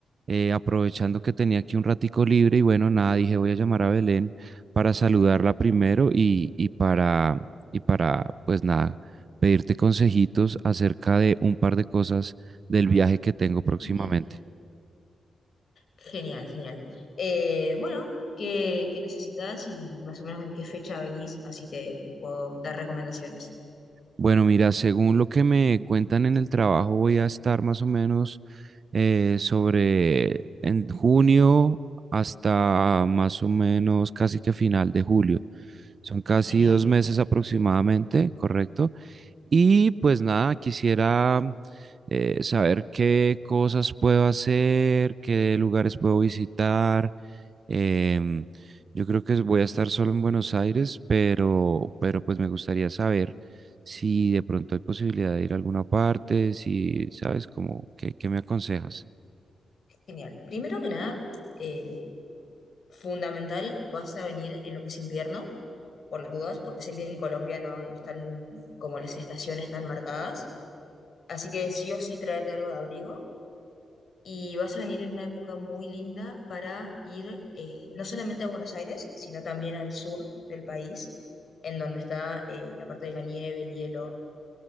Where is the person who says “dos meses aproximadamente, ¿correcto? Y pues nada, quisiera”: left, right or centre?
Right